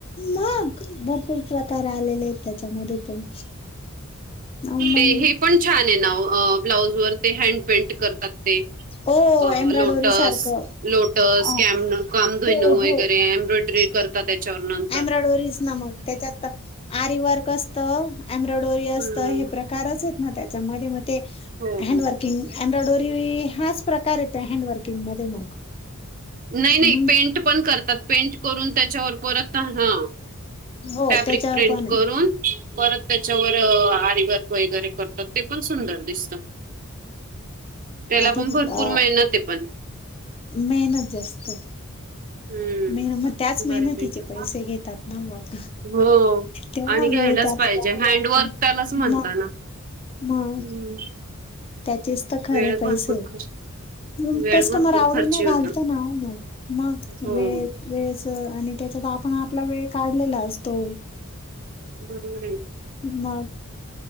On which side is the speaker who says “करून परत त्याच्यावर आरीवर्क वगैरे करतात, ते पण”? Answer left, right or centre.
Right